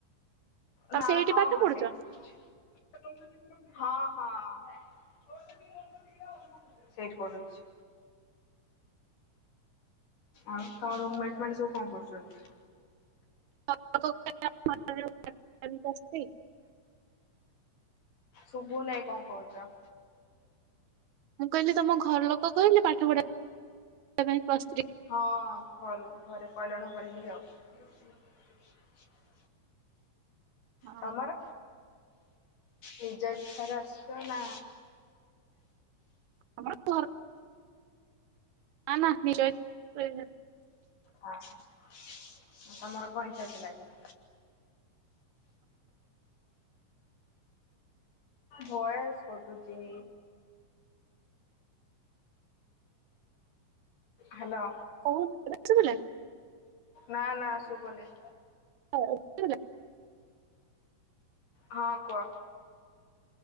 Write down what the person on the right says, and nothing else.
ତମେ
ସେଇଠି
ପାଠ
ପଢୁଛ?
<unintelligible>
ମୁଁ କହିଲି ତମ ଘର ଲୋକ କହିଲେ ପାଠ ପଢିଆ ପାଇଁ ପ୍ଲସ ଥ୍ରୀ?
ହଁ।
ଆମର ଘର ନା ନା ନିଜ ଇ <unintelligible>
କଉନ ଏ ବେ ଶୁଭିଲା?
ହଉ ଏବେ ଶୁଭିଲା?